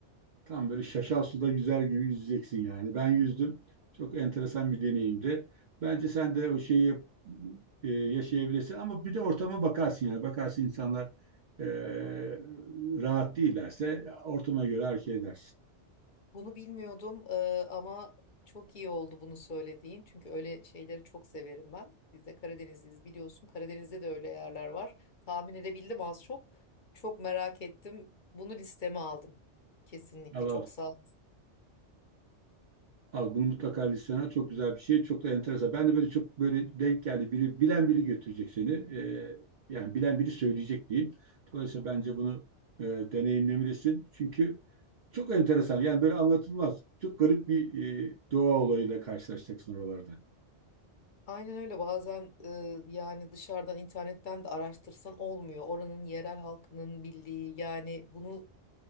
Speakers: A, on the right (about 45°); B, on the left (about 45°).
A: tam böyle şaşal suda güzel gibi yüzeceksin yani. Ben yüzdüm. Çok enteresan bir deneyimdi. Bence sen de o şeyi yap- e, yaşayabilirsin ama bir de ortama bakarsın yani. Bakarsın insanlar e, rahat değillerse ortama göre hareket edersin.
B: Bunu bilmiyordum eee, ama çok iyi oldu bunu söylediğin. Çünkü öyle şeyleri çok severim ben. Biz de Karadenizliyiz biliyorsun. Karadeniz'de de öyle yerler var. Tahmin edebildim az çok. Çok merak ettim. Bunu listeme aldım. Kesinlikle
A: Al
B: çok
A: al.
B: sağ ol.
A: Al bunu mutlaka listene al. Çok güzel bir şey. Çok da enteresan. Ben de böyle çok böyle denk geldi. Biri, bilen biri götürecek seni. Ee, yani bilen biri söyleyecek diyeyim. Dolayısıyla bence bunu e, deneyimlemelisin. Çünkü çok enteresan. Yani böyle anlatılmaz. Çok garip bir e, doğa olayıyla karşılaşacaksın oralarda.
B: Aynen öyle bazen eee, yani dışarıdan internetten de araştırsan olmuyor. Oranın yerel halkının bildiği yani bunu